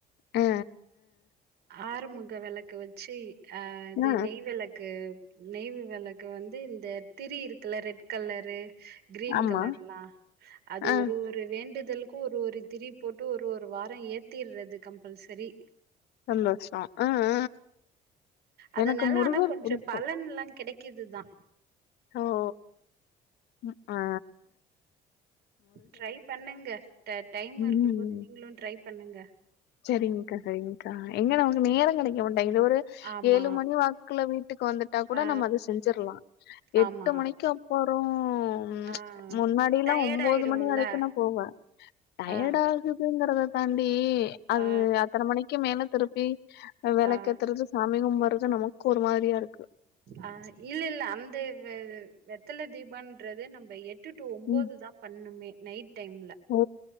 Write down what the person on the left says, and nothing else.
அ அ
அ அ
ஆமா
அ
சந்தோஷம் அ அ
எனக்கு முருகர்
புடிக்கும்
ஓஓ ம் அஅ
ம்
சரிங்க்கா சரிங்க்கா எங்க நமக்கு நேர கெடைக்க மாட்டேங்குது இது ஒரு
ஏழு மணி வாக்குல வீட்டுக்கு வந்துட்டா கூட
நம்ம அத செஞ்சிர்லா எட்டு
மணிக்கு அப்பறொ ம்
முன்னாடில்லா
ஒம்போது
மணி வரைக்குன்னா போவே டயர்டா
ஆகு ங்கறத தாண்டி அது
அத்தன மணிக்கு மேல திருப்பி வெளக்கேத்துறது
சாமி கும்பர்து நமக்கு ஒரு மாரியா இருக்கு
ம்
ஓ